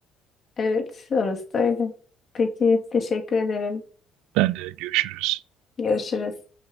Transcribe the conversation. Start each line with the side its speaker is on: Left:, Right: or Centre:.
Left: Evet, orası da öyle. Peki, teşekkür ederim.
Right: Ben de görüşürüz.
Left: Görüşürüz.